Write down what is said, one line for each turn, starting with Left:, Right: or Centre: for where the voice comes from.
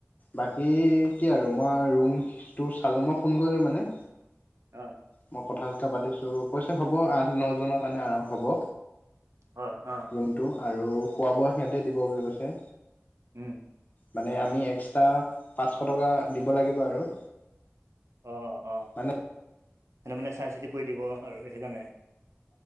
Left: বাকী কি আৰু মই ৰুমটো চালো মই ফোন কৰিলো মানে
Right: অ
Left: মই কথা চতা পাতিছো কৈছে হ'ব আঠ নজনৰ কাৰণে হ'ব
Right: অ অ
Left: ৰুমটো আৰু খোৱা বোৱা সিহঁতে দিব বুলি কৈছে
Right: উম
Left: মানে আমি এক্সট্ৰা পাঁচশ টকা দিব লাগিব আৰু
Right: অ অ
Left: মানে
Right: সিহঁতে মানে চাই চিতি কৰি দিব আৰু সেইকাৰণে